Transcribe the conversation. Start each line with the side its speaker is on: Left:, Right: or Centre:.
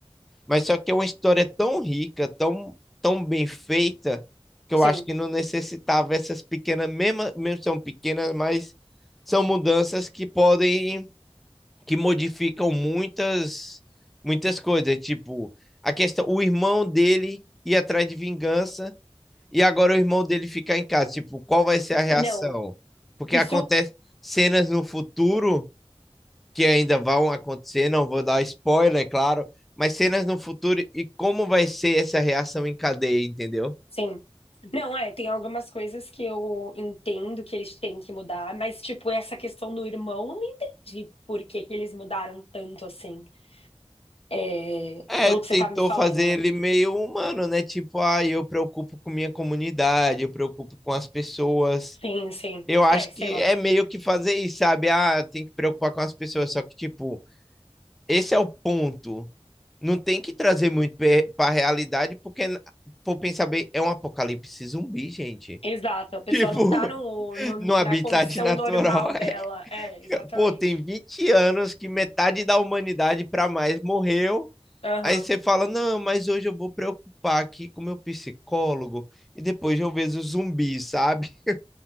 Centre: mas só que é uma história tão rica, tão, tão bem feita, que
Left: Sim.
Centre: eu acho que não necessitava essas pequenas, mesmo, mesmo são pequenas, mas são mudanças que podem, que modificam muitas, muitas coisas. Tipo, a questão, o irmão dele ir atrás de vingança e agora o irmão dele ficar em casa. Tipo, qual vai ser a reação?
Left: É, não.
Centre: Porque
Left: Isso.
Centre: acontece cenas no futuro que ainda vão acontecer, não vou dar spoiler, é claro, mas cenas no futuro e como vai ser essa reação em cadeia, entendeu?
Left: Sim. Não, é, tem algumas coisas que eu entendo que eles têm que mudar, mas, tipo, essa questão do irmão, eu não entendi por que que eles mudaram tanto assim. É,
Centre: É,
Left: pelo
Centre: tentou
Left: que você tá me falando,
Centre: fazer
Left: né?
Centre: ele meio humano, né? Tipo, ah, eu preocupo com minha comunidade, eu preocupo com as pessoas.
Left: Sim, sim.
Centre: Eu acho
Left: É, sei
Centre: que
Left: lá.
Centre: é meio que fazer isso, sabe? Ah, tem que preocupar com as pessoas, só que, tipo, esse é o ponto não tem que trazer muito para realidade, porque, por pensar bem, é um apocalipse zumbi, gente.
Left: Exato,
Centre: <laughs>
Left: a pessoa
Centre: Tipo,
Left: não tá no, no-
Centre: no habitat
Left: na condição
Centre: natural,
Left: normal dela.
Centre: é.
Left: É, exatamente.
Centre: Pô, tem 20 anos que metade da humanidade para mais morreu.
Left: Aham,
Centre: Aí você fala: não, mas hoje eu vou preocupar aqui com meu psicólogo e depois eu vejo o zumbi, sabe? <laughs>